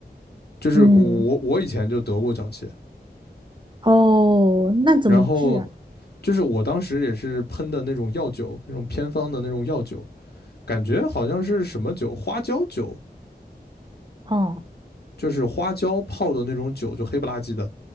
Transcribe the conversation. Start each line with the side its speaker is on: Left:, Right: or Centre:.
Left: 就是我我以前就得过脚气，
Right: 嗯，哦，那怎么治啊？
Left: 然后就是我当时也是喷的那种药酒，那种偏方的那种药酒，感觉好像是什么酒，花椒酒
Right: 哦，
Left: 就是花椒泡的那种酒，就黑不拉几的，